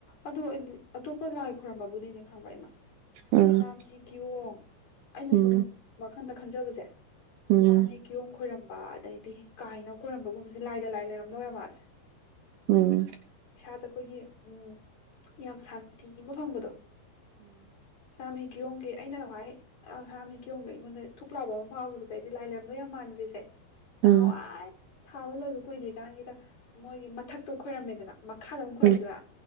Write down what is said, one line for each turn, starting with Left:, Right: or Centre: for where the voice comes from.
Left: ꯑꯗꯣ ꯑꯩꯗꯤ ꯑꯇꯣꯞꯄ ꯂꯥꯏ ꯈꯣꯏꯔꯝꯕꯕꯨꯗꯤꯅꯦ ꯈꯪꯕ ꯏꯃꯥ
Right: ꯎꯝ
Left: ꯁꯅꯥꯃꯍꯤ ꯀꯤꯌꯣꯡ ꯑꯩꯅ
Right: ꯎꯝ
Left: ꯁꯨꯝ ꯃꯈꯥ ꯁꯪꯗ ꯈꯟꯖꯕꯁꯦ
Right: ꯎꯝ
Left: ꯁꯥꯅꯃꯍꯤ ꯀꯤꯌꯣꯡ ꯈꯣꯏꯔꯝ ꯄꯥ ꯑꯗꯩꯗꯤ ꯀꯥꯏꯅ ꯈꯣꯏꯔꯝꯕꯒꯨꯝꯕꯁꯦ ꯂꯥꯏꯗ ꯂꯥꯏ ꯂꯩꯔꯝꯗꯣꯏꯔ ꯃꯥꯜꯂꯦ <unintelligible>
Right: ꯎꯝ
Left: ꯏꯁꯥꯗ ꯑꯩꯈꯣꯏꯒꯤ ꯎꯝ ꯌꯥꯝ ꯁꯥꯟꯇꯤ ꯑꯃ ꯐꯪꯕꯗꯣ ꯁꯅꯃꯍꯤ ꯀꯤꯌꯣꯡꯒꯤ ꯑꯩꯅ ꯅꯋꯥꯏ ꯁꯅꯃꯍꯤ ꯀꯤꯌꯣꯡ ꯑꯩꯉꯣꯟꯗ ꯊꯨꯨꯛꯂꯥꯎꯕ ꯑꯃ ꯐꯥꯎꯈꯤꯕꯁꯦ ꯑꯩꯗꯤ ꯂꯥꯏ ꯂꯩꯔꯝꯗꯧ ꯌꯥꯝ ꯃꯥꯟꯒꯔꯤꯖꯦ
Right: ꯎꯝ
Left: ꯅꯍꯥꯋꯥꯏ ꯁꯥꯕ ꯂꯣꯏꯕ ꯀꯨꯏꯗ꯭ꯔꯤꯀꯥꯟꯒꯤꯗ ꯃꯣꯏꯒꯤ ꯃꯊꯛꯇꯣ ꯈꯣꯏꯔꯝꯃꯤꯗꯅ ꯃꯈꯥꯗ ꯑꯃꯨꯛ ꯈꯣꯏꯔꯝꯗꯣꯏꯔ
Right: ꯎꯝ